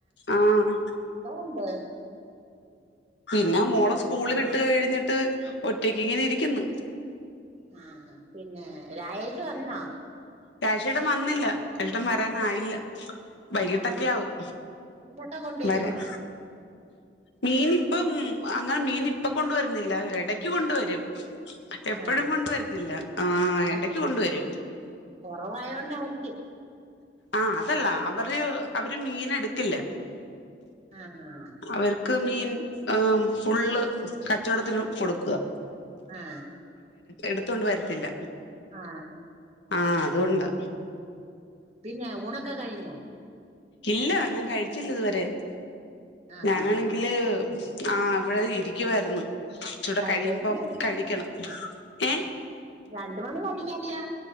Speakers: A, on the left; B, on the right.
A: ആഹ്
B: എതോണ്ട്
A: പിന്നെ മോളെ സ്കൂളി വിട്ട് ട്ട് കഴിഞ്ഞിട്ട് ഒറ്റക്ക് ഇങ്ങനെ ഇരിക്കുന്ന്
B: ആ പിന്നെ രായേഷ് വന്നോ
A: രായേഷേട്ടൻ വന്നില്ല ഷേട്ടൻ വരാനായില്ല
B: ആഹ്
A: വൈകിട്ടൊക്കെ
B: മീ
A: ആവും
B: മീനൊക്കെ കൊണ്ടുവരുവോ
A: വരാൻ മീൻ ഇപ്പം അങ്ങനെ മീൻ ഇപ്പൊ കൊണ്ടുവരുന്നില്ല എടക്ക് കൊണ്ടുവരും എപ്പോഴും
B: ആഹ്
A: കൊണ്ട് വരത്തില്ല ആ എടക്ക് കൊണ്ടുവരും
B: കൊറവായ കൊണ്ടായിരിക്കും
A: ആ അതല്ല അവര് അവര് മീന് എടുക്കില്ല
B: ആഹ്
A: അവർക്ക് മീൻ ആ ഫുള്ള് കച്ചവടത്തിന് കൊടുക്കുകാ
B: ആ
A: എടുത്തോണ്ട് വരത്തില്ല
B: ആ
A: ആഹ് അതുകൊണ്ടാ
B: പിന്നെ ഊണക്ക കഴിഞ്ഞോ
A: ഇല്ല ഞാൻ കഴിച്ചില്ലിതുവരെ
B: ആഹ്
A: ഞാനാണെങ്കില് ആ ഇവിടെ ഇരിക്കുവാരുന്നു ഇച്ചൂട
B: രണ്ട്
A: കഴിയുമ്പം
B: മണി കഴിഞ്ഞല്ലോ
A: കഴിക്കണം ഏ
B: രണ്ട് മണി കഴിഞ്ഞല്ലോ